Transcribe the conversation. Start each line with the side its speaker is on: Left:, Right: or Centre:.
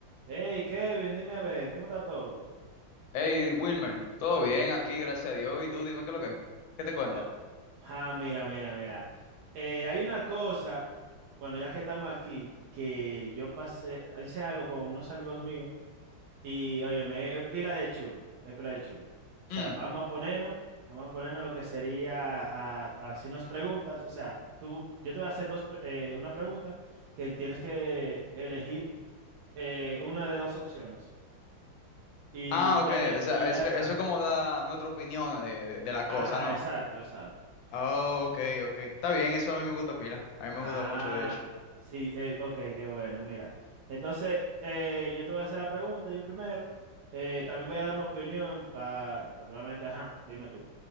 Right: Hey, Kevin, dime a ver, ¿cómo está todo?
Left: Hey, Wilmer, todo bien aquí, gracias a Dios. ¿Y tú, dime qué es lo que es? ¿Qué te cuentas?
Right: Oh, ah, mira, mira, mira. Eh, hay una cosa, bueno, ya que estamos aquí, que yo pasé, hice algo con unos amigos míos y, oye, me es pila de chulo, es pila de chulo. O
Left: Mm,
Right: sea, vamos a ponernos, vamos a ponernos lo que sería a, a hacernos preguntas. O sea, tú, yo te voy a hacer dos, pre- eh, una pregunta que tienes que elegir eh, una de dos opciones. Y
Left: Ah, ok,
Right: ya, de-
Left: o sea,
Right: y ya,
Left: eso, eso
Right: ajá,
Left: es como da nuestra opinión de, de, de la
Right: ajá,
Left: cosa, ¿no?
Right: exacto, exacto.
Left: Ah, ok, ok. Está bien, eso a mí me gusta pila. A mí
Right: Ah,
Left: me gusta mucho, de hecho.
Right: sí, eh, ok, qué bueno, mira. Entonces, eh, yo te voy a hacer la pregunta, yo primero. Eh, también voy a dar mi opinión para pa, pa ajá, dime tú.